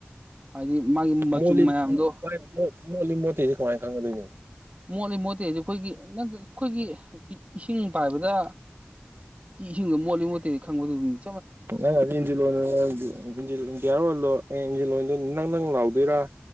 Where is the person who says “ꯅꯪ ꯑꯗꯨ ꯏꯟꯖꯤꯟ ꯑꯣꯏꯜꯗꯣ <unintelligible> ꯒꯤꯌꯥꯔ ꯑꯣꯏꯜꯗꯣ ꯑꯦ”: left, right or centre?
Right